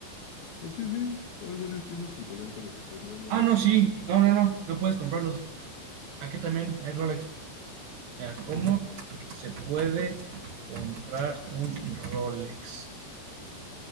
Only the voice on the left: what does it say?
Aquí sí, hay varias tiendas en Polanco a las que pues nada más
vas
y lo compras.
Ajá,